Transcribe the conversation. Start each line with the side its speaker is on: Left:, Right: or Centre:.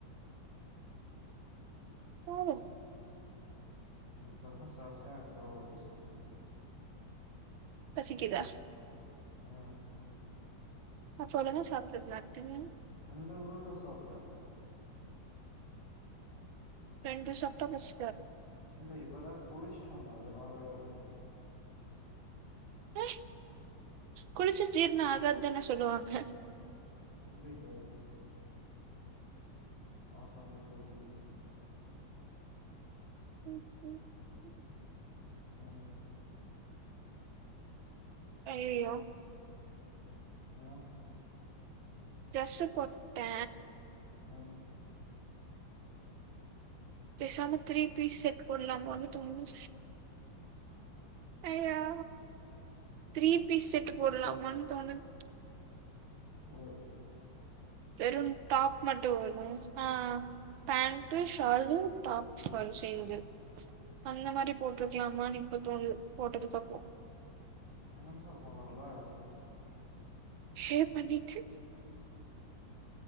Left: <inaudible>
Right: போதும்
Left: இப்பதா சாப்ட்ட திரும்ப பசிக்குது
Right: பசிக்குதா
Left: ஆ
Right: அப்பதான சாப்ட்டிருந்த டினியோ
Left: து புரோட்டா சாப்ட்ட
Right: ரெண்டு ஷாப் தா பஸ்
Left: இல்ல இப்பதா குளிச்சிட்டு வந்த அதனாலயா இருக்கும்
Right: ஏ குளிச்சா ஜீரணோ ஆகாதான சொல்லுவாங்க
Left: தெரிலோ ஆனா செமயா பசிக்கி
Right: ம் ம் ம்
Left: ம்
Right: அய்யயோ
Left: ஏ
Right: ட்ரெஸ்ஸு போட்டுட்ட
Left: ஆ
Right: பேசாம த்ரீ பீஸ் செட் போடுலாமோன்னு தோணுது அய்யோ த்ரீ பீஸ் செட்டு போடலாமானு தோணுது
Left: போடு
Right: வெறும் டாப் மட்டு வருமா ஆ பேண்ட்டு ஷாலு டாப் ஃபன்செய்ந்து அந்த மாரி போட்ரு க்கலாமானு இப்ப தோணுது போட்டதுக்கு அப்றோம்
Left: கேன்சல் பண்லா இல்ல
Right: ஷேவ் பண்ணிடுச்சி